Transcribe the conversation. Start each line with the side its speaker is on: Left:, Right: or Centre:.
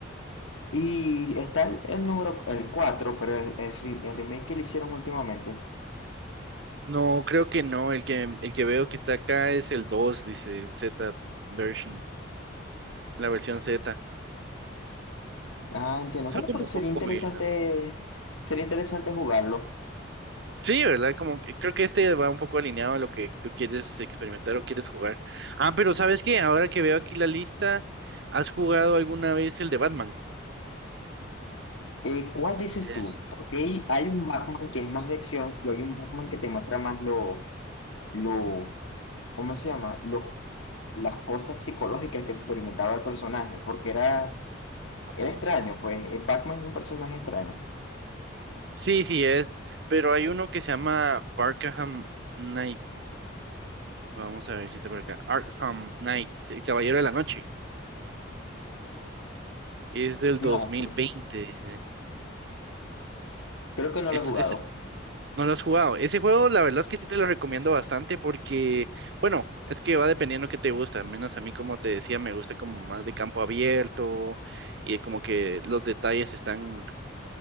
Left: Y está el, el número, el 4 pero el, el re- el remake que le hicieron últimamente.
Right: No, creo que no. El que, el que veo que está acá es el dos dice el Z version, la versión Z.
Left: Ah, entiendo.
Right: Son
Left: Bueno,
Right: como
Left: pero
Right: un
Left: sería
Right: poco
Left: interesante,
Right: vieja.
Left: sería interesante jugarlo.
Right: Sí, ¿verdad? Como que creo que este va un poco alineado a lo que tú quieres experimentar o quieres jugar. Ah, pero ¿sabes qué? Ahora que veo aquí la lista, ¿has jugado alguna vez el de Batman?
Left: Eh, ¿cuál dices
Right: El-
Left: tú? Porque hay, hay un Batman que es más de acción y hay un Batman que te muestra más lo, lo, ¿cómo se llama? Los, las cosas psicológicas que experimentaba el personaje, porque era, era
Right: oh.
Left: extraño, pues eh, Batman es un personaje extraño.
Right: Sí, sí es, pero hay uno que se llama Arkham Knight. Vamos a ver si está por acá. Arkham Knight, el Caballero de la Noche. Es del
Left: No,
Right: 2020.
Left: creo,
Right: dice.
Left: creo que no
Right: Es,
Left: lo he jugado.
Right: ese es- no lo has jugado. Ese juego, la verdad es que sí te lo recomiendo bastante porque, bueno, es que va dependiendo qué te gusta. Al menos a mí, como te decía, me gusta como más de campo abierto y como que los detalles están